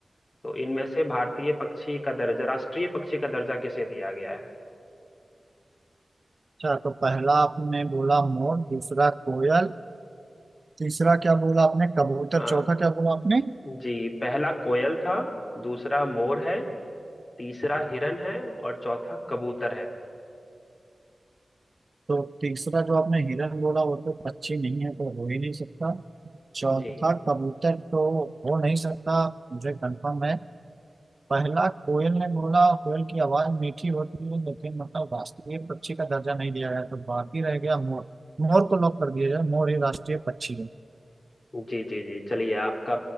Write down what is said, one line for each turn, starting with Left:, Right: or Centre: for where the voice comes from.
Left: तो इनमें से भारतीय पक्षी का दर्जा राष्ट्रीय पक्षी का दर्जा किसे दिया गया
Right: अच्छा तो पहला आपने बोला मोर दूसरा कोयल तीसरा क्या बोला आपने कबूतर
Left: है
Right: चौथा क्या बोला आपने
Left: जी पहला कोयल था दूसरा मोर है तीसरा हिरन है और चौथा कबूतर है
Right: तो तीसरा जो आपने हिरन बोला वो तो पक्षी नहीं है तो हो ही नहीं सकता चौथा
Left: जी
Right: कबूतर तो हो नहीं सकता मुझे कंफर्म है पहला कोयल ने बोला कोयल की आवाज मीठी होती है लेकिन मतलब राष्ट्रीय पक्षी का दर्जा नहीं दिया गया तो बाकी रह गया मोर मोर को लॉक कर दिया जाए मोर ही राष्ट्रीय पक्षी है
Left: जी जी जी चलिए आपका